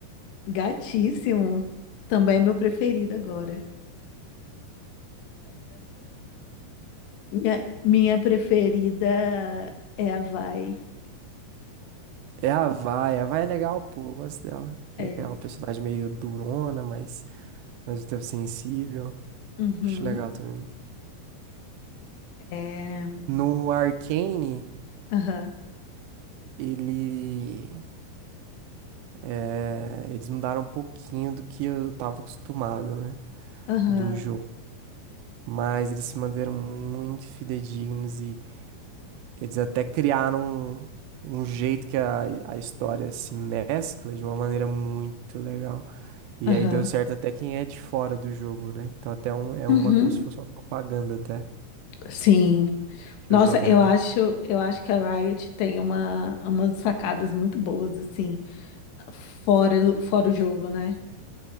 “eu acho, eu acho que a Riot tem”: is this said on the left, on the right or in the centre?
Left